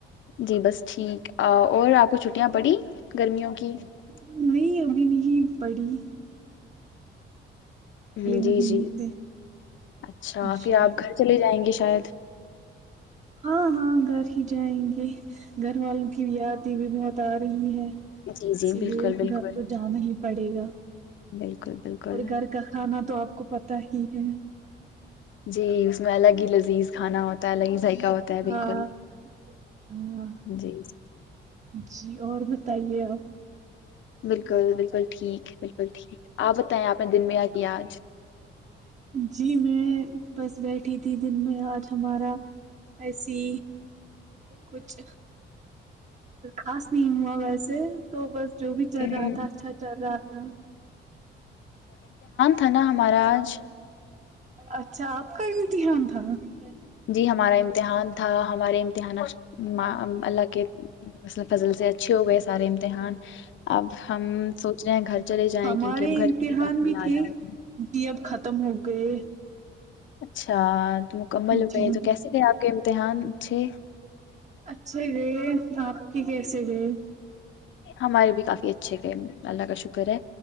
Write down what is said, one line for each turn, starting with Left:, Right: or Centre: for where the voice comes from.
Left: جی بس ٹھیک اور آپ کو چھٹیاں پڑی گرمیوں کی کہ <unintelligible>
Right: نہیں ابھی نہیںی بڑی
Left: ہ جی
Right: مہینے
Left: جی
Right: سے
Left: اچھا
Right: جی
Left: پھر آپ گھر چلے جائیں گے شاید
Right: ہاں ہاں گھر ہی جائیں گے گھر والوں کی یادیں بھی بہت آ رہی ہے
Left: جی
Right: اسی
Left: جی بالکل
Right: لیے
Left: بالکل
Right: گھر تو جانا ہی پڑے گا
Left: بالکل بالکل
Right: اور گھر کا کھانا تو آپ آپ کو پتا ہی ہے
Left: جی اس میں الگ ہی لذیذ کھانا ہوتا ہے الگ ہی کا ہوتا ہے
Right: ہاں
Left: بالکل
Right: ہاں
Left: جی
Right: جی اور بتائیے آپ
Left: بالکل بالکل ٹھیک ہے بالکل ٹھیک آپ بتائیں آپ نے دن میں یہ کیا آج
Right: جی میں بس بیٹھی تھی دن میں آج ہمارا ایسی کچھ خاص نہیں ہوا ویسے تو بس جو بھی چل
Left: ہم،
Right: رہا تھا اچھا چل رہا تھا
Left: تھناا مہاراج
Right: اچھا آپ کا امتحان تھا ج <unintelligible>
Left: جی ہمارا امتحان تھا ہمارے دھیان اللہ کے مل فصل سے اچھے ہو گئے سارے امتحان اب ہم سوچ رہے ہیں گھر چلے جائیں
Right: ہمارے
Left: کیونکہ اب گھر
Right: امتحان
Left: کی بھی کافی یاد
Right: تھے
Left: آ رہی ہے
Right: جی اب ختم ہو گئے
Left: اچھا تو مکمل ہو
Right: جی
Left: گئے تو کیسے گئے آپ کے دحان سے
Right: اچھے گئے آپ کی کیسے گئے
Left: ہمارے بھی کافی اچھے گئے اللہ کا شکر ہے